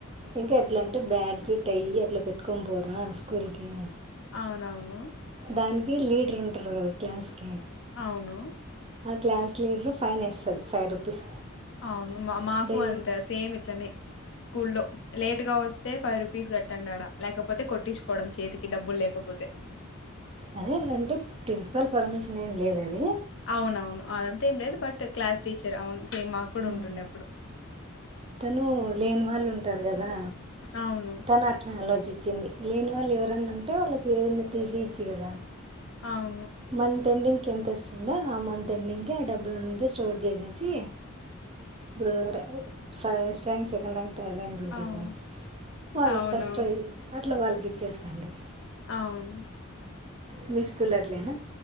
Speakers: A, on the right (about 30°); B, on the left (about 60°).
A: ఇంకా ఎట్లా అంటే బ్యాజ్ టైయి అట్లా పెట్టుకొని పోరా స్కూల్ కి
B: అవునువును
A: దానికి లీడర్ ఉంటరు కదా క్లాస్కీ
B: అవును
A: ఆ క్లాస్ లీడర్ ఫైన్ ఏస్తది ఫైవ్ రూపీస్
B: అవును మా మాకు
A: డై
B: అంతే సేమ్ ఇట్లనే స్కూల్లో లేటుగా వస్తే ఫైవ్ రూపీస్ కట్టండాడ లేకపోతే కొట్టించుకోవడం చేతికి డబ్బులు లేకపోతే
A: అదే అంటే ప్రిన్సిపల్ పర్మిషన్ ఏం లేదది
B: అవునవును అదంతా ఏం లేదు బట్ క్లాస్ టీచర్ అవును సేమ్ మాకు కూడా
A: "మ్మ్.
B: ఉంటుండే అప్పుడు
A: తను లేని వాళ్ళు ఉంటారు కదా
B: అవును.
A: తను అట్లా ఆలోచించింది లేని వాళ్ళు ఎవరైన్నా ఉంటే వాళ్ళకి ఏదైనా తీసిచ్చు కదా
B: అవును.
A: మంత్ ఎండింగ్ ఎంత వస్తుందో ఆ మంత్ ఎండింగ్ కి ఆ డబ్బులంతా స్టోర్ చేసేసి ఇప్పుడు ఫస్ట్ ర్యాంక్
B: అవును.
A: సెకండ్ ర్యాంక్ థార్డ్ ర్యాంక్ ఉంటారు
B: అవును.
A: కదా వాళ్ళకి
B: అవునవును.
A: ఫస్ట్ ప్రైజ్ అట్ల వాళ్ళకి ఇచ్చేస్తుంది
B: అవును
A: మీ స్కూల్లో అట్లే నా